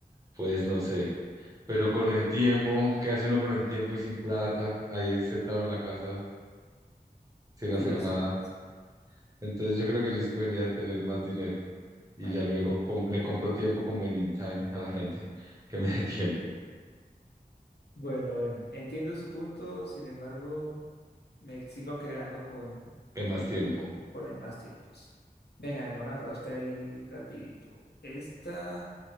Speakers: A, on the right (about 20°); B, on the left (about 80°).
A: pues no sé. Pero con el tiempo, ¿qué hace uno con el tiempo y sin plata? Ahí sentado en la casa sin
B: Sí,
A: hacer
B: es
A: nada.
B: cierto.
A: Entonces yo creo que yo escogería tener más dinero. y
B: Bueno,
A: ya luego com- le compro tiempo como en in time a la gente que me dé <laughs> tiempo,
B: bueno, bueno. Entiendo su punto, sin embargo. Me sigo quedando con,
A: que más tiempo.
B: con el más tiempos. Venga, venga, una para usted ahí rapidito. Esta